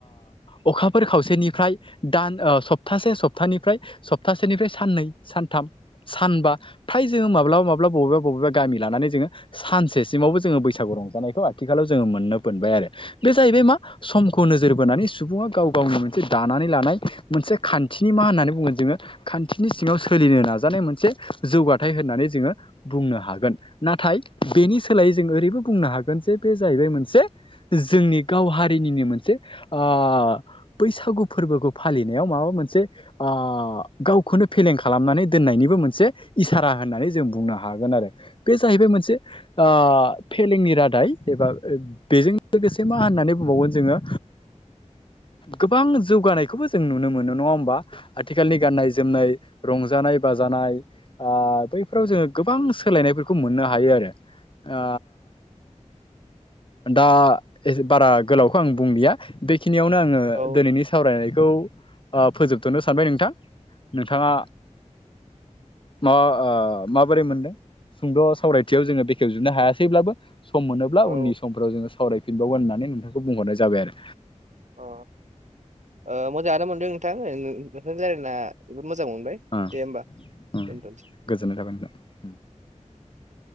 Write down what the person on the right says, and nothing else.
औ
ओ
अ ओ मोजाङानो मोनदों नोंथां नोंथांजों रायलायना मोजां मोनबाय
दे होमबा
दोनथ'सै।